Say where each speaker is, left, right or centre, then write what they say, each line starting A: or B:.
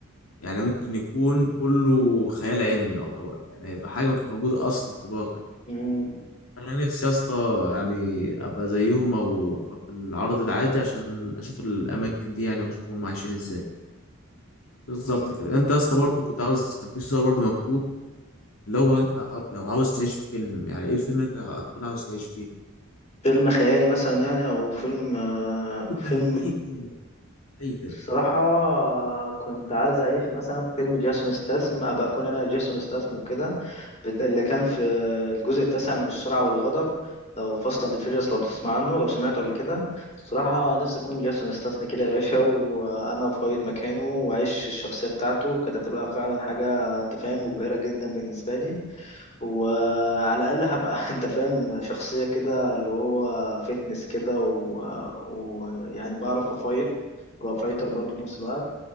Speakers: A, on the left; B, on the left.
A: يعني ممكن يكون كله خيال علمي يعتبر يعني هيبقى حاجة مش موجودة اصلا في الواقع
B: مم.
A: انا نفسي يا اسطى يعني ابقى زيهم او ابقى في العرض العادي عشان اشوف الاماكن دي يعني واشوف هم عايشين ازاي بالظبط
B: مم.
A: كده انت يا اسطى برضه كنت عاوز كان في سؤال برضه مكتوب اللي هو انت عاو- لو عاوز تعيش في فيلم يعني ايه الفيلم اللي انت هتكون عاوز تعيش فيه
B: فيلم خيالي مثلا يعني أو فيلم آه
A: اي
B: فيلم
A: فيلم اي فيلم اي فيلم
B: صراحة كنت عايز أعيش مثلا في فيلم جاسون ستاثام أبقى أكون أنا جاسون ستاثام وكده بت- اللي كان في الجزء التاسع من السرعة والغضب أو فاست أند فيريوس لو تسمع عنه لو سمعته قبل كده الصراحة نفسي أكون جاسون استسمى كده يا باشا وأنا أفايض مكانه وأعيش الشخصية بتاعته كانت هتبقى فعلا حاجة أنت فاهم مبهرة جدا بالنسبة لي وعلى الأقل هبقى <laughs> أنت فاهم شخصية كده اللي هو فيتنس كده ويعني و- ويعني بعرف أفايض أبقى فايتر برضه في نفس الوقت